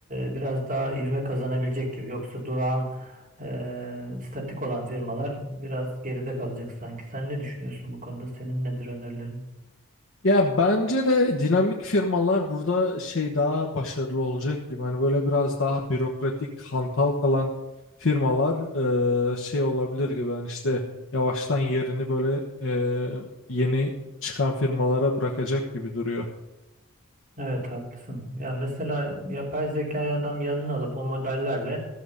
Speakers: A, on the right; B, on the left.
A: e, biraz daha ivme kazanabilecek gibi. Yoksa durağan, e, statik olan firmalar biraz geride kalacak sanki. Sen ne düşünüyorsun bu konuda? Senin nedir önerilerin?
B: Ya bence de dinamik firmalar burada şey daha başarılı olacak gibi. Hani böyle biraz daha bürokratik, hantal kalan firmalar e, şey olabilir gibi. Yani işte yavaştan yerini böyle e, yeni çıkan firmalara bırakacak gibi duruyor.
A: Evet haklısın. Ya mesela yapay zekayı adam yanına alıp o modellerle